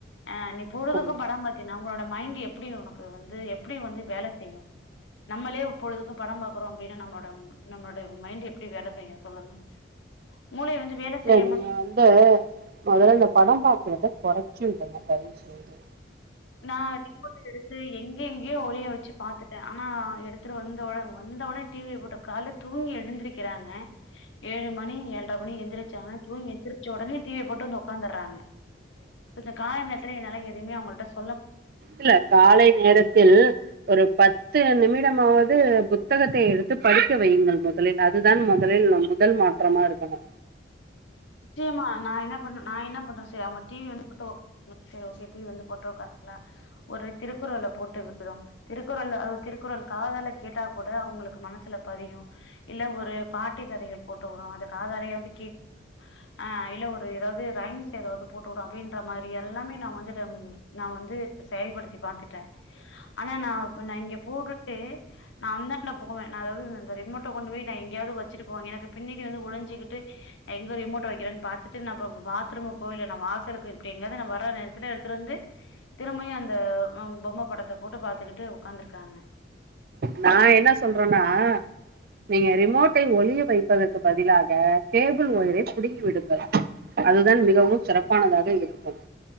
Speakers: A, on the left (about 80°); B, on the right (about 50°).
A: அ நீ பொழுதுக்கு
B: கண்டிப்பா
A: படம் பாத்தீன்னா ஒன்னோட மைண்ட் எப் ப்டி உனக்கு வந்து எப்டி வந்து வேல செய்யு நம்மளே பொழுதுக்கு படம் பாக்குறோ அப்டின்னா நம்மோட நம்மோட மைண்ட் எப்டி வேல செய்யு சொல்லுங்க மூளய வந்து வேல
B: இல்ல
A: செய்யாம
B: நீங்க வந்து மொதல்ல இந்த படம் பாக்றத கொறச்சு <unintelligible> தயவு செஞ்சி
A: நா ரிமோட்ட எடுத்து எங் எங்யோ ஒளிய வச்சு பாத்துட்டே ட ஆனா எடுத்துட்டு வந்தொன்னே வந்த ஒன்னே டிவிய போட்டு கால்ல தூங்கி எந்துருக்கிறாங்க ஏழு மணி ஏழர மணி எந்திரிச்சாங்க ச எந்திரிச்ச உடனே டிவிய போட்டு வந்து ஒக்காந்துர்றாங்க இந்த கால நேரத்துல என்னால எதயுமே அவங்கள்ட சொ
B: இல்ல காலை நேரத்தில் ஒரு பத் து நிமிடமாவது புத்தகத்தை எடுத்து படிக்க வையுங்கள் முதலில் அதுதான் முதலில் முதல் மாற்றமா இருக்கணு
A: சேயம்மா நா என்ன பண்ண நா என்ன பண்றே சேரி அவுங்க டீவி வந்து போட்டு ஒக்கார்ராங்க செரி ஓகே டீவி வந்து போட்டு ஒக்கார ஒரு திருக்குறள போட்டு விடுறோ திருக்குறள் அது திருக்குறள் காதால கேட்டா கூட அவுங்களுக் கு மனசுல பதியு இல்ல ஒரு பாட்டி கதைகள் போட்டு விட்றோ அத காதாலையாவது கேக் ஆ இல்ல ஒரு ஏதாவது ரைம்ஸ் ஏதாவது போட்டு விடுவோ அப்டின்ற மாதிரி எல்லாமே நா வந்துட்டு நா வந்து செயல்படுத்தி பாத்துட்டே ஆனா நா நா இங்க போட்டுட்டு நா அந்தாண்ட போவே நா அதாவது அந்த ரிமோட் கொண்டு போய் நா எங்கயாவது வச்சிட்டு போவே எனக்கு பின்னாடி வந்து ஒழிஞ்சிகிட்டு ரிமோட் வக்கிறேன்னு பாத்துட்டு நா இப்ப இப்ப பாத்ரூம் போகேல நா வாசலுக்கு இப்டி எங்கயாவது நா வர்ற நேரத்ல எடுத்துட்டு வந்து திரும்பயு அந்த பொம்ம படத்த போட்டு பாத்துக்கிட்டு ஒக்காந்துருக்காங்க
B: நா என்ன சொல்றேன்னா நீங்க ரிமோட்டை ஒழிய வைப்பதற்கு பதிலாக கேபிள் ஒயரை புடுங்கி விடுங்கள் அதுதான் மிகவும் சிறப்பானதாக இருக்கும்